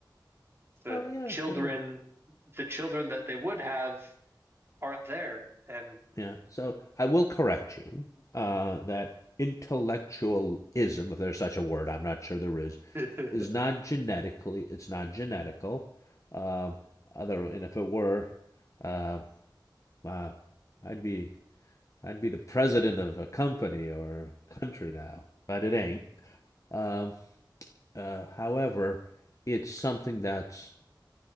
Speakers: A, on the right; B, on the left.
A: the
B: Well, yeah,
A: children
B: yeah.
A: the children that they would have aren't there and
B: Yeah. So I will correct you uh, that intellectualism, if there's such a word, I'm not sure there is,
A: <laughs> Mhm.
B: is not genetically, it's not genetical. Um, other, and if it were, uh, wow, I'd be I'd be the president of a company or country now, but it ain't. Um, uh, however, it's something that's